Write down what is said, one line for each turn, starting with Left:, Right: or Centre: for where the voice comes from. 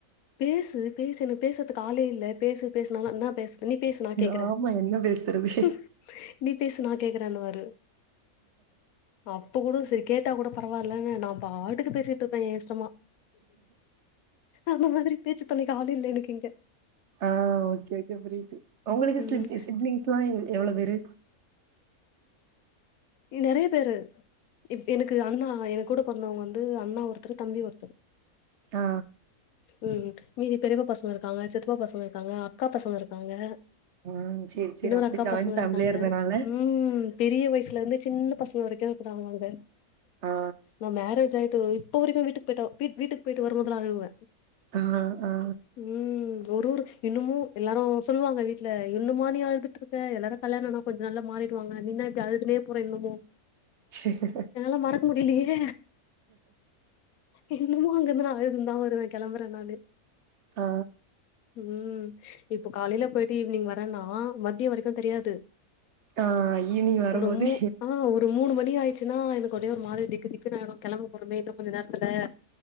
Left: பேசு பேசு என்னக் பேசற்துக் ஆளே இல்ல பேசு பேஸ்னாலா என்னா பேஸ் நீ பேசு நாகேக்குற
Right: சரி ஆமா என்ன பேசுறது
Left: ம்ஹ் நீ பேசு நா கேக்குறன்னுவாரு அப்ப குட செரி கேட்டா குட பரவால்லன்னு நாப்பாட்டுக்கு பேசிட்ருப்ப என் இஷ்டமா அந்த மாதிரி பேச்சு தோனைக்கு ஆளு இல்ல எனக்கிங்க
Right: ஆ ஓக்கே ஓக்கே புரிது உங்களுக்கு
Left: ம்.
Right: சிலிப்பி சிப்லிங்ஸ்லா எவ் எவ்ளோ பேரு
Left: இ நெறைய பேரு இவ் எனக்கு அண்ணா எனக்கு கூட பொற்ந்தவங்க வந்து அண்ணா ஒருத்தரு தம்பி ஒருத்தரு
Right: ஆ
Left: ம் மீதி பெரியப்பா பசங்க இருக்காங்க சித்ப்பா பசங்க இருக்காங்க அக்கா பசங்க இருக்காங்க
Right: ஆ சேரி சேரி
Left: இன்னொரு
Right: அப்படி
Left: அக்கா
Right: ஜாயிண்ட்
Left: பசங்க
Right: ஃபேமிலியா
Left: இருக்காங்க
Right: இருந்தனால
Left: ம் பெரிய வயசுல இருந்து சின்ன பசங்க வரைக்கு இருக்குறாங்க அங்க
Right: ஆ
Left: நா மேரேஜ் ஆயிட்டு இப்ப வரைக்கு வீட்டுக்கு போய்ட்டா வீட்டுக் போயிட்டு வரும்போதுலா அழுவ
Right: ஆ ஆ
Left: ம் ஒரு ஒரு இன்னுமு எல்லாரு சொல்லுவாங்க வீட்ல இன்னுமா நீ அழ்துட்டுருக் க எல்லாரு கல்யாண ஆனா கொஞ்ச நாள்ல மாறிடுவாங்க நீ என்னா இப்டி அழுதுனே போற இன்னுமோ
Right: சரி.
Left: என்னால மறக்க முடிலியே இன்னுமோ அங்கிருந்து நா அழுதுன் தா வருவ கெளம்பற நாளு
Right: ஆ
Left: ம் இப்போ காலையில போயிட்டு ஈவினிங் வரன்னா மத்யோ வரைக்கு தெரியாது
Right: ஆ ஈவ்னிங் வரும்போதே
Left: ஒரு மூ ஆ ஒரு மூணு மணி ஆயிச்சுன்னா எனக்கு அப்டியே ஒரு மாதிரி திக்கு திக்குன்னு ஆய்டு கெளம்ப போறோமே இன்னு கொஞ்ச நேரத்துல